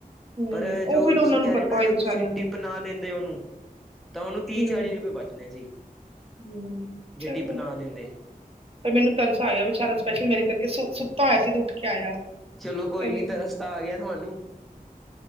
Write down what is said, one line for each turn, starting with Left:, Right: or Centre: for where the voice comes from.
Right: ਹੂੰ
Centre: ਪਰ ਜੋ
Right: ਉਹ ਫਿਰ
Centre: ਤੁਸੀ
Right: ਉਹਨਾਂ
Centre: ਕੈ
Right: ਨੂੰ ਪਤਾ
Centre: ਰੇ ਨਾ
Right: ਹੋਏ
Centre: ਜੋ
Right: ਵਿਚਾਰਿਆਂ
Centre: ਤੁਸੀ ਟਿਪ
Right: ਨੂੰ
Centre: ਨਾ ਦਿੰਦੇ ਓਨੂੰ ਤਾਂ ਓਨੂੰ ਤੀਅ-ਚਾਲੀ
Right: ਹੂੰ
Centre: ਰੁਪਏ ਬਾਚਨੇ ਸੀ
Right: ਹੂੰ
Centre: ਜੇ
Right: ਚਲੋ
Centre: ਟਿਪ ਨਾ ਦਿੰਦੇ।
Right: ਪਰ ਮੈਨੂੰ ਤਰਸ ਆ ਗਿਆ ਵਿਚਾਰਾ ਸਪੈਸ਼ਲ ਮੇਰੇ ਕਰਕੇ ਸੁ ਸੁੱਤਾ ਹੋਇਆ ਸੀ ਤੇ ਉੱਠ ਕੇ ਆਇਆ।
Centre: ਚਲੋ ਕੋਈ
Right: ਹਮ,
Centre: ਨੀ ਤਰਸ ਤਾਂ ਆ ਗਿਆ ਤੁਆਨੂੰ।